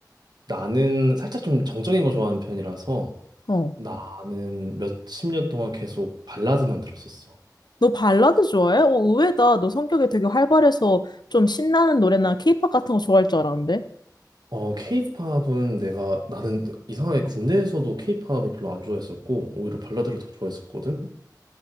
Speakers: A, on the right; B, on the left.
A: 나는 살짝 좀 정적인 거 좋아하는 편이라서
B: 어.
A: 나는 몇 십 년 동안 계속 발라드만 들었었어.
B: 너 발라드 좋아해? 어, 의외다. 너 성격이 되게 활발해서 좀 신나는 노래나 케이팝 같은 거 좋아할 줄 알았는데.
A: 어, 케이팝은 내가 나는 이상하게 군대에서도 케이팝을 별로 안 좋아했었고 오히려 발라드를 더 좋아했었거든.